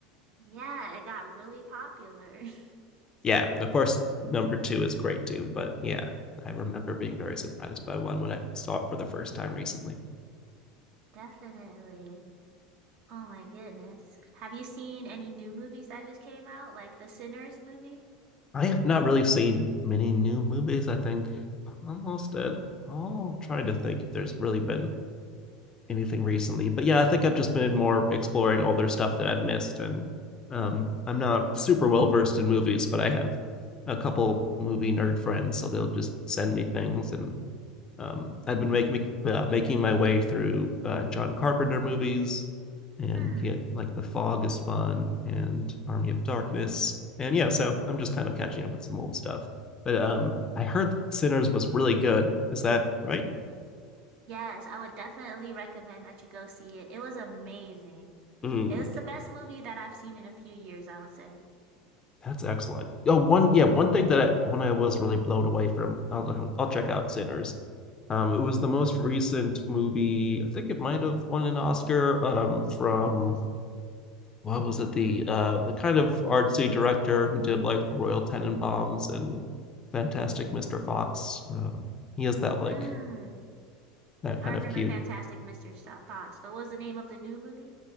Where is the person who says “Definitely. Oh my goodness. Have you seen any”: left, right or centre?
Right